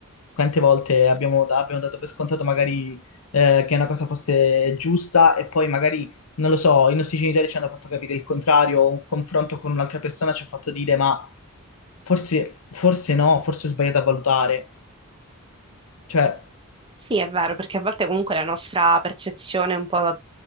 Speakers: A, on the left (about 70°); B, on the right (about 25°).
A: quante volte abbiamo, da- abbiamo dato per scontato magari eh, che una cosa fosse giusta e poi magari, non lo so, i nostri genitori ci hanno fatto capire il contrario, o un confronto con un'altra persona ci ha fatto dire ma forse, forse no, forse ho sbagliato a valutare. Cioè,
B: sì, è vero, perché a volte comunque la nostra percezione un po'